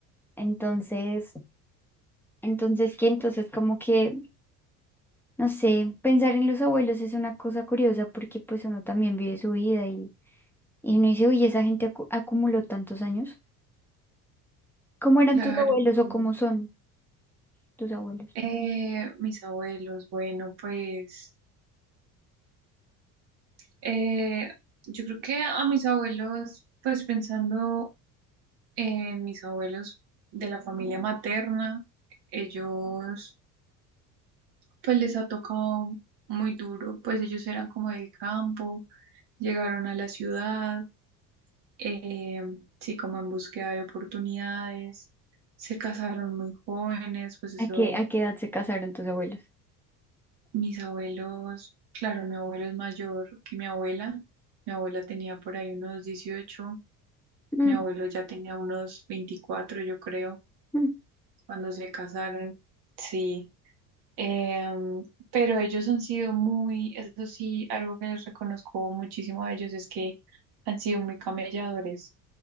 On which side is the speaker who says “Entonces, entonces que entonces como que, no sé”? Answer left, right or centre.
Centre